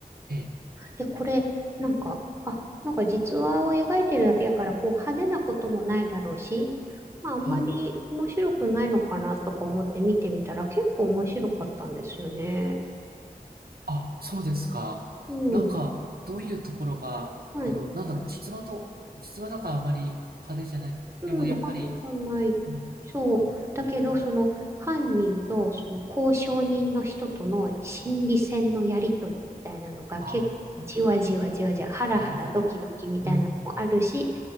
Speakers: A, on the right; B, on the right.
A: ええ、
B: で、これ、なんか、あ、なんか実話を描いてるだけだから、こう派手なこともないだろうし、まあ、あんまり面白くないのかなとか思って見てみたら結構面白かったんですよね。
A: はい。あ、そうですか。
B: うん。
A: なんか、どういうところが、
B: はい。
A: あの、なんだろう、実話と、実話だからあまり派手じゃない。
B: うん、
A: でも、やっぱり、
B: 犯人じゃない。
A: うん
B: そう。だけど、
A: うん
B: その犯人とその交渉人の人との心理戦のやりとりみたいなのが結構じわじわじわじわ、
A: ああ、
B: ハラハラドキドキみたいなのもあるし、
A: なるほど。うん、うん。